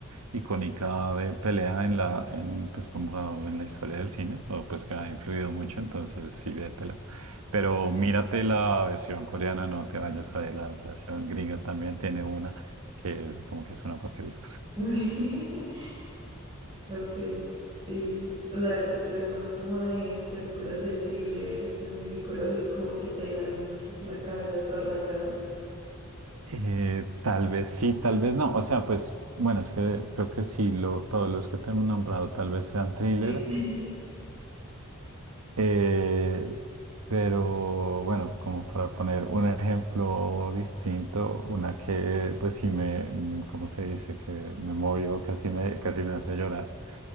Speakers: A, on the right; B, on the right.
A: icónica de pelea en la, en, pues como en la historia del cine, o pues que ha influido mucho, entonces sí ve Pero mírate la versión coreana, no te vayas a ver la adaptación gringa, también tiene una que como que es una porquería.
B: ok, <laughs> ok, sí. O sea, tú eres más como de películas de thriller, así psicológico, que te dejan la cabeza toda rayada.
A: Eh, tal vez sí, tal vez no. O sea, pues bueno, es que creo que sí, lo, todos los que te he nombrado tal vez sean thriller.
B: Sí. <laughs>
A: Eh, pero bueno, como para poner un ejemplo distinto, una que pues sí me, mm, ¿cómo se dice? Que me movió, casi me, casi me hace llorar.